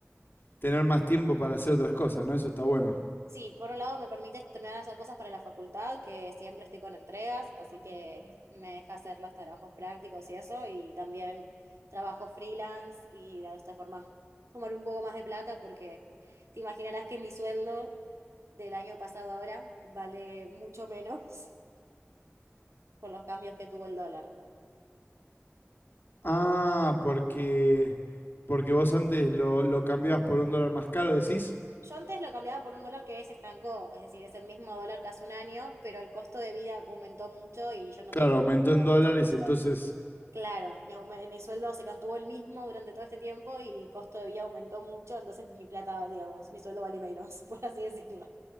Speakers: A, on the left; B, on the right.
A: tener más tiempo para hacer otras cosas, ¿no? Eso está bueno.
B: Sí, por un lado me permite estrenar hacer cosas para la facultad, que siempre estoy con entregas, así que me deja hacer los trabajos prácticos y eso, y también trabajo freelance y de esta forma tomar un poco más de plata porque te imaginarás que mi sueldo del año pasado ahora vale mucho menos. por los cambios que tuvo el dólar.
A: Ah, porque, porque vos antes lo, lo cambiabas por un dólar más caro, decís.
B: Yo antes lo cambiaba por un dólar que se estancó, es decir, es el mismo dólar que hace un año, pero el costo de vida aumentó mucho y yo no
A: Claro,
B: tengo
A: aumentó en dólares,
B: ese sueldo.
A: entonces
B: Claro, mi, aume- mi sueldo se mantuvo el mismo durante todo este tiempo y el costo de vida aumentó mucho, entonces mi plata, digamos, mi sueldo vale menos, <laughs> por así decirlo.